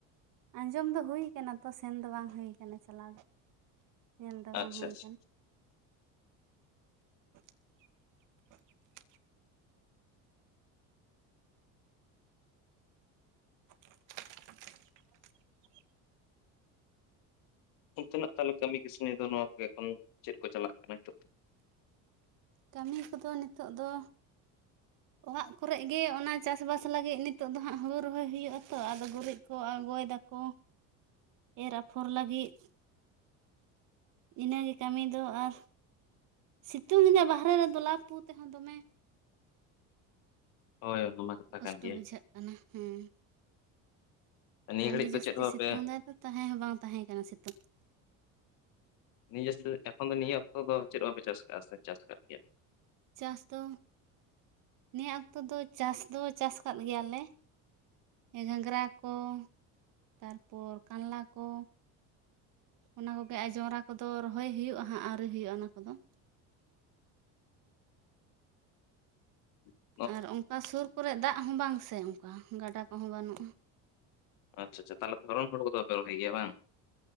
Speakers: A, on the right; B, on the left.
A: ᱟᱸᱡᱚᱢ ᱫᱚ ᱦᱩᱭ ᱟᱠᱟᱱᱟ ᱛᱚ ᱥᱮᱱ ᱫᱚ ᱵᱟᱝ ᱦᱩᱭ ᱟᱠᱟᱱᱟ ᱪᱟᱞᱟᱣ ᱫᱚ ᱧᱮᱞ ᱫᱚ ᱵᱟᱝ
B: ᱟᱪᱪᱷᱟ
A: ᱦᱩᱭ
B: ᱟᱪᱪᱷᱟ
A: ᱟᱠᱟᱱᱟ ᱾ <inaudible> <inaudible>
B: ᱚᱱᱛᱮᱱᱟᱜ ᱛᱟᱦᱚᱞᱮ ᱠᱟᱹᱢᱤ ᱠᱟᱹᱥᱱᱤ ᱫᱚ ᱱᱚᱣᱟ ᱠᱚ ᱮᱠᱷᱚᱱ ᱪᱮᱫ ᱠᱚ ᱪᱟᱞᱟᱜ ᱠᱟᱱᱟ ᱱᱤᱛᱚᱜ?
A: ᱠᱟᱹᱢᱤ ᱠᱚᱫᱚ ᱱᱤᱛᱚᱜ ᱫᱚ ᱚᱲᱟᱜ ᱠᱚᱨᱮᱜ ᱜᱮ ᱚᱱᱟ ᱪᱟᱥ ᱵᱟᱥ ᱞᱟᱹᱜᱤᱫ ᱱᱤᱛᱚᱜ ᱫᱚ ᱦᱟᱸᱜ ᱦᱳᱲᱩ ᱨᱚᱦᱚᱭ ᱦᱩᱭᱩᱜ-ᱟ ᱛᱚ ᱟᱫᱚ ᱜᱩᱨᱤᱡ ᱠᱚ ᱟᱬᱜᱚᱭ ᱫᱟᱠᱚ ᱾
B: <inaudible>
A: ᱮᱨ ᱟᱯᱷᱚᱨ ᱞᱟᱹᱜᱤᱫ ᱾ ᱤᱱᱟᱹᱜᱮ ᱠᱟᱹᱢᱤ ᱫᱚ ᱟᱨ ᱥᱤᱛᱩᱝ ᱮᱫᱟ ᱵᱟᱦᱨᱮ ᱨᱮ ᱫᱚ ᱞᱟ ᱯᱩ ᱛᱮᱦᱚᱸ ᱫᱚᱢᱮ
B: ᱦᱳᱭ ᱚᱱᱟ ᱠᱟᱛᱷᱟ
A: ᱠᱚᱥᱴᱚ
B: ᱠᱟᱱ ᱜᱮᱭᱟ
A: ᱵᱩᱡᱷᱟᱹᱜ ᱠᱟᱱᱟ ᱦᱩᱸ
B: ᱱᱤᱭᱟᱹ
A: ᱟᱹᱰᱤ
B: ᱜᱷᱟᱹᱲᱤᱡ ᱫᱚ
A: ᱡᱟᱹᱥᱛᱤ
B: ᱪᱮᱫ ᱦᱚᱸ ᱵᱟᱯᱮ
A: ᱥᱤᱛᱩᱝ ᱮᱫᱟ ᱛᱟᱦᱮᱸ ᱦᱚᱸ ᱵᱟᱝ ᱛᱟᱦᱮᱸ ᱠᱟᱱᱟ ᱥᱤᱛᱩᱝ ᱾
B: ᱱᱤᱡᱮ <unintelligible> ᱮᱠᱷᱚᱱ ᱫᱚ ᱱᱤᱭᱟᱹ ᱚᱠᱛᱚ ᱫᱚ ᱪᱮᱫ ᱵᱟᱯᱮ ᱪᱟᱥ ᱠᱟᱜ-ᱟ ᱥᱮ ᱪᱟᱥ ᱠᱟᱫ ᱜᱮᱭᱟ?
A: ᱪᱟᱥ ᱫᱚ ᱱᱤᱭᱟᱹ ᱚᱠᱛᱚ ᱫᱚ ᱪᱟᱥ ᱫᱚ ᱪᱟᱥ ᱟᱠᱟᱫ ᱜᱮᱭᱟᱞᱮ ᱮᱸ ᱜᱷᱟᱸᱝᱽᱨᱟ ᱠᱚ, ᱛᱟᱨᱯᱚᱨ ᱠᱟᱞᱞᱟ ᱠᱚ ᱚᱱᱟ ᱠᱚᱜᱮ ᱟᱨ ᱡᱚᱸᱰᱨᱟ ᱠᱚᱫᱚ ᱨᱚᱦᱚᱭ ᱦᱩᱭᱩᱜ-ᱟ ᱦᱟᱸᱜ ᱟᱹᱣᱨᱤ ᱦᱩᱭᱩᱜ-ᱟ ᱚᱱᱟ ᱠᱚᱫᱚ ᱾
B: ᱠᱷᱟᱹᱞᱤ
A: ᱟᱨ ᱚᱱᱠᱟ ᱥᱳᱨ ᱠᱚᱨᱮ ᱫᱟᱜ ᱦᱚᱸ ᱵᱟᱝ ᱥᱮ ᱚᱱᱠᱟ ᱜᱟᱰᱟ ᱠᱚᱦᱚᱸ ᱵᱟᱹᱱᱩᱜ-ᱟ ᱾
B: ᱟᱪᱪᱷᱟ ᱟᱪᱪᱷᱟ ᱛᱟᱞᱦᱮ ᱫᱷᱚᱨᱚᱱ ᱦᱩᱲᱩ ᱠᱚᱫᱚ ᱵᱟᱯᱮ ᱨᱚᱦᱚᱭ ᱜᱮᱭᱟ ᱵᱟᱝ?